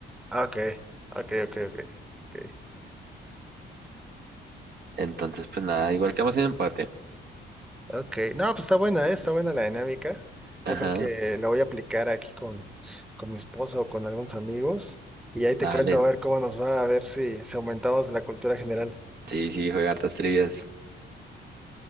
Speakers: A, in the centre; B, on the right.
A: Ah, Ok, ok, ok, ok. ok.
B: Entonces, pues nada, igual quedamos en empate.
A: Ok, no, pues está buena, ¿eh? Está buena la dinámica.
B: Ajá,
A: Yo creo que la voy a aplicar aquí con, con mi esposo o con algunos amigos y ahí te
B: dale.
A: cuento a ver cómo nos va, a ver si, si aumentamos la cultura general.
B: Sí, sí, juega hartas trivias.